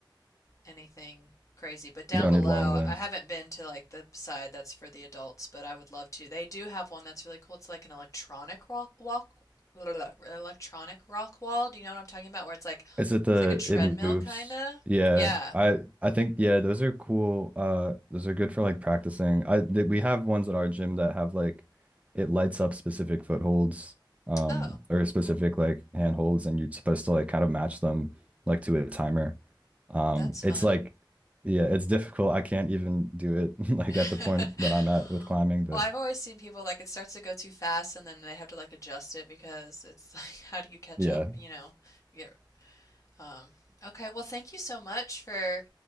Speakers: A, on the left (about 40°); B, on the right (about 15°).
A: anything crazy but down
B: You don't
A: below
B: need long limbs.
A: I haven't been to like the side that's for the adults but I would love to they do have one that's really cool it's like an electronic rock walk electronic rock wall do you know what I'm talking about where it's like
B: Is it the
A: it's like a treadmill
B: it moves?
A: kinda
B: Yeah,
A: yeah
B: I I think yeah, those are cool. Uh, those are good for like practicing. I th we have ones at our gym that have like it lights up specific footholds, um,
A: oh
B: or specific like handholds, and you're supposed to like kind of match them like to a timer. Um,
A: that's fun
B: it's like yeah, it's difficult. I can't even do it <laughs> like
A: <laughs>
B: at the point that I'm at with climbing, but
A: Well, I've always seen people like it starts to go too fast and then they have to like adjust it because it's <laughs> like how do you catch
B: yeah,
A: up, you know? You get um okay, well thank you so much for